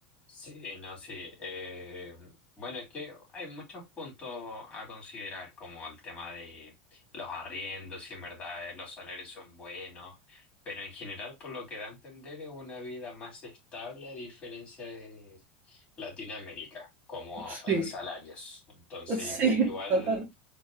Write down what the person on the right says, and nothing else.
<laughs> Sí.
Sí,
total.